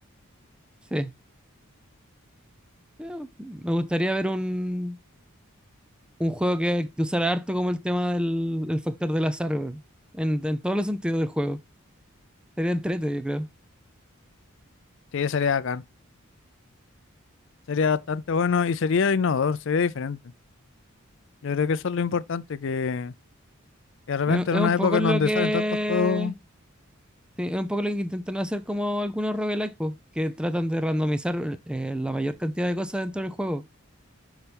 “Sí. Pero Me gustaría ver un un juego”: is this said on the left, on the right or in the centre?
Centre